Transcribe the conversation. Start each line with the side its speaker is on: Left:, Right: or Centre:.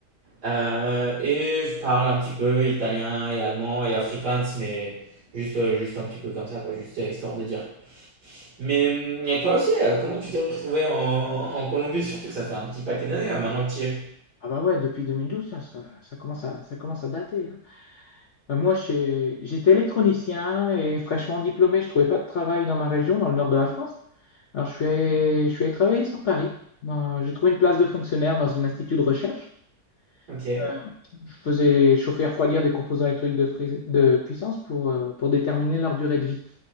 Right: Euh, et je parle un petit peu italien et allemand et afrikaans, mais juste, euh, juste un petit peu comme ça, quoi, juste euh, histoire de dire. Mais hum, et toi aussi, euh, comment tu t'es retrouvé en, en Colombie? Surtout que ça fait un petit paquet d'années là, maintenant que tu y es.
Left: Ah bah ouais, depuis 2012, tiens, ça, ça ça commence à, ça commence à dater. hein. Euh, Moi, j'ai- j'étais électronicien et fraîchement diplômé, je trouvais pas de travail dans ma région, dans le nord de la France. Alors, je suis allé, je suis allé travailler sur Paris. Dans- J'ai trouvé une place de fonctionnaire dans un institut de recherche.
Right: Ok.
Left: Euh, Je faisais chauffer et refroidir des composants électriques de, fris- de puissance pour, euh, pour déterminer leur durée de vie.